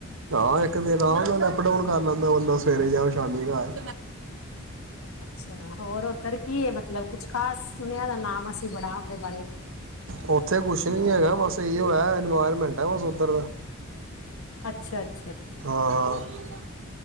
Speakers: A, on the right (about 65°); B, on the left (about 80°).
A: ਹਾਂ ਇੱਕ ਦਿਨ ਆਹ ਅਪ ਡਾਊਨ ਕਰ ਲੈਂਦਾ ਬੰਦਾ ਸਵੇਰੇ ਜਾਓ ਸ਼ਾਮੀ ਘਰ।
B: ਅੱਛਾ ਹੋਰ ਉੱਧਰ ਕੀ ਹੈ, ਮਤਲਬ ਕੁਛ ਖਾਸ ਸੁਣਿਆ ਦਾ ਨਾਮ ਅਸੀਂ ਬੜਾ ਉਹਦੇ ਬਾਰੇ।
A: ਉੱਥੇ ਕੁਛ ਨਹੀਂ ਹੈਗਾ ਬਸ ਐਈਓ ਹੈ ਇਨਵਾਇਰਮੈਂਟ ਹੈ ਬਸ ਉੱਧਰ ਦਾ
B: ਅੱਛਾ, ਅੱਛਾ।
A: ਹਾਂ ਹਾਂ। <inaudible>